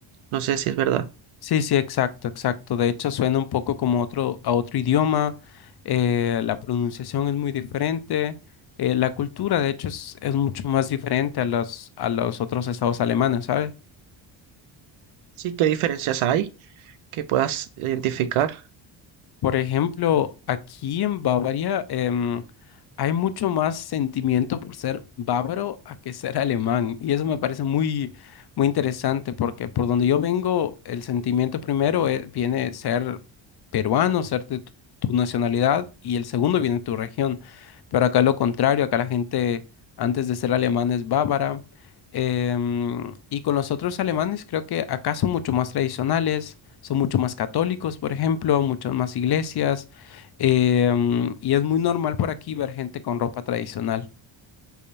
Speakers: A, on the right; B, on the left.
A: No sé si es verdad.
B: Sí, sí, exacto, exacto. De hecho, suena un poco como otro, a otro idioma, eh, la pronunciación es muy diferente, eh, la cultura, de hecho, es, es mucho más diferente a los, a los otros estados alemanes, ¿sabes?
A: Sí, ¿qué diferencias hay que puedas identificar?
B: Por ejemplo, aquí en Bavaria em, hay mucho más sentimiento por ser bávaro a que ser alemán. Y eso me parece muy, muy interesante porque por donde yo vengo, el sentimiento primero es- viene ser peruano, ser de tu, tu nacionalidad, y el segundo viene de tu región. Pero acá lo contrario, acá la gente antes de ser alemán es bávara. Em, y con los otros alemanes creo que acá son mucho más tradicionales son mucho más católicos, por ejemplo, muchas más iglesias, eh, y es muy normal por aquí ver gente con ropa tradicional.